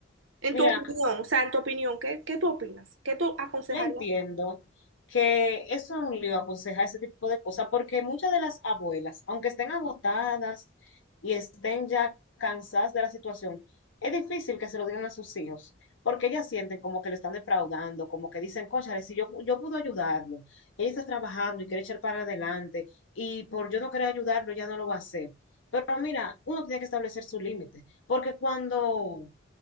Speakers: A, on the right; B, on the left.
A: En
B: Mira,
A: tu opinión, o sea, en tu opinión, ¿qué, qué tú opinas? ¿Qué tú aconsejarías?
B: Yo entiendo que eso es un lío aconsejar ese tipo de cosas, porque muchas de las abuelas, aunque estén agotadas y estén ya cansadas de la situación, es difícil que se lo digan a sus hijos, porque ellas sienten como que lo están defraudando, como que dicen, cónchale, si yo, yo puedo ayudarlo, ella está trabajando y quiere echar para adelante, y por yo no querer ayudarlo, ya no lo va a hacer. Pero mira, uno tiene que establecer su límite, porque cuando,